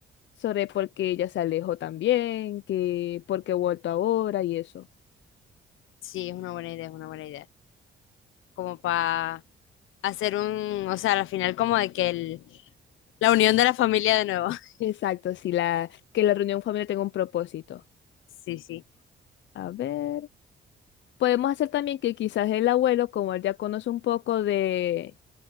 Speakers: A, on the left; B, on the left.
A: sobre por qué ella se alejó también, que por qué ha vuelto ahora y eso.
B: Sí, es una buena idea, es una buena idea. Como para hacer un, o sea, al final como de que el, la unión de la familia de nuevo. <laughs>
A: Exacto, sí, la, que la reunión familiar tenga un propósito.
B: Sí, sí.
A: A ver. Podemos hacer también que quizás el abuelo, como él ya conoce un poco de